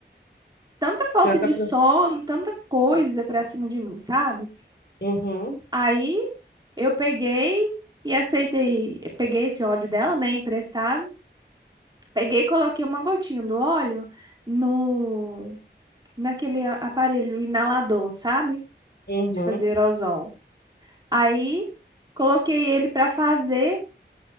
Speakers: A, on the right; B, on the left.
A: tanta falta
B: Tanta
A: de
B: pro...
A: sono, tanta coisa pra cima de mim, sabe?
B: Uhum.
A: Aí eu peguei e aceitei, eu peguei esse óleo dela, né, emprestado. Peguei e coloquei uma gotinha do óleo no naquele a- aparelho inalador, sabe?
B: Uhum.
A: De fazer aerosol. Aí coloquei ele para fazer